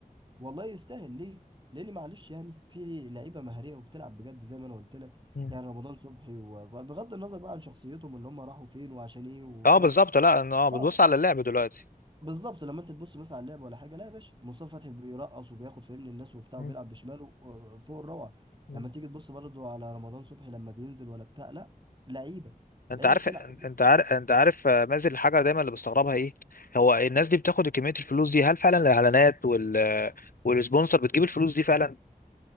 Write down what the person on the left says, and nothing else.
مم.
اه بالظبط لا إن- اه بتبص
على اللعب دلوقتي
مم.
مم.
انت
عارف
انت عارف انت عارف آه، مازن الحاجه دايما اللي بستغربها ايه هو الناس دي بتاخد كميه الفلوس دي هل فعلا الاعلانات وال والسبونسر بتجيب الفلوس دي فعلا